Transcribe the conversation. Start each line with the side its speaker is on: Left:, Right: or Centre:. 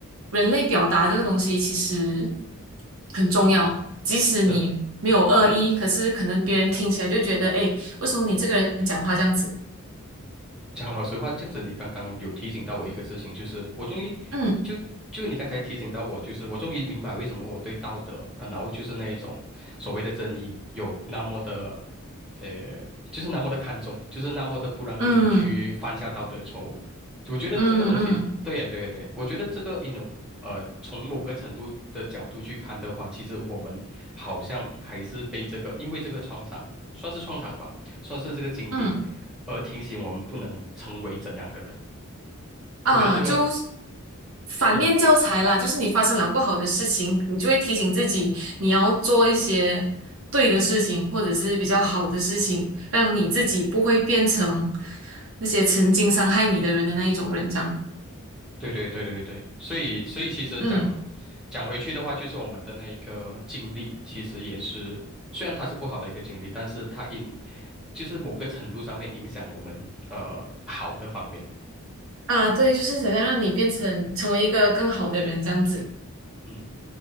Right: 人类表达这个东西其实很重要，即使你没有恶意，
Centre: 真的。
Right: 可是可能别人听起来就觉得，哎，为什么你这个人讲话这样子？
Centre: 讲老实话，这样子你刚刚有提醒到我一个事情，就是我终于就就你刚才提醒到我，
Right: 嗯。
Centre: 就是我终于明白为什么我对道德啊，然后就是那一种所谓的正义有那么的呃，就是那么的看重，就是那么的不让自己去犯下道德错误。
Right: 嗯
Centre: 我觉得这个东西，
Right: 嗯嗯
Centre: 对呀、对呀、对我觉得这个 in a, 呃，从某个程度的角度去看的话，其实我们好像还是被这个，因为这个创伤，算是创伤吧。算是这个经历，
Right: 嗯
Centre: 而提醒我们不能成为怎样的人。
Right: 啊，
Centre: 我觉得这个，
Right: 就反面教材啦，
Centre: 嗯，
Right: 就是你发生了不好的事情，你就会提醒自己，你要做一些对的事情，或者是比较好的事情，让你自己不会变成那些曾经伤害你的人的那一种人，这样。
Centre: 对对对对对，所以所以其实讲讲回去的话，
Right: 嗯
Centre: 就是我们的那一个经历，其实也是虽然它是不好的一个经历，但是它影就是某个程度上面影响我们呃好的方面。
Right: 啊，对，就是想要让你变成成为一个更好的人，这样子。
Centre: 嗯，